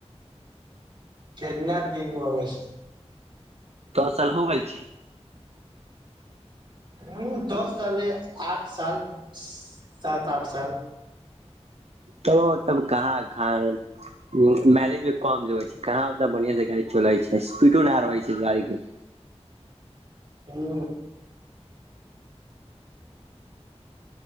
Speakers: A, on the right; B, on the right.
A: केतना दिन भौ गेल
B: दस साल हो गेल छै
A: हू दस साल रहलय आठ साल स् सात आठ साल
B: तो तब कहाँ <unintelligible> माइलेज भी कम लगे छै। कहाँ उतना बढ़ियां से गाड़ी चलै छै। स्पीडो न रहै छै। गाड़ी के
A: हू।